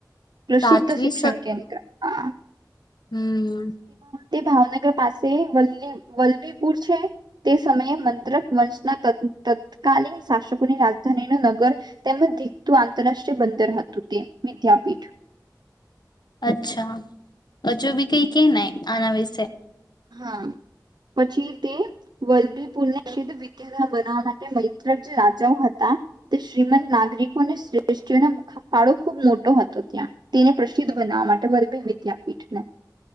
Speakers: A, on the right (about 75°); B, on the left (about 75°).
A: પ્રસિદ્ધ
B: સાતમી
A: શિક્ષણ કેન્દ્ર હ
B: હમ્મ.
A: તે ભાવનગર પાસે વલ્લી વલ્ભીપુર છે તે સમયે મ ત વનશના ત ત તત્કાલીન શાસકોની રાજધાની ન નગર તેમજ દીખતું આંતરરાષ્ટ્રીય બંદર હતું તે વિદ્યાપીઠ
B: અચ્છા જો બી કઈ કે ન આના વિશે.
A: હા પછી તે વલદીપુરને સિદ્ધ વિદ્યા બનાવવા માટે મૈત્રક જે રાજાઓ હતા, તે શ્રીમંત નાગરિકો અને શ્રેષ્ઠીઓ નો ફાળો ખૂબ મોટો હતો ત્યાં તેને પ્રસિદ્ધ બનાવવા માટે વર્બી વિદ્યાપીઠ ને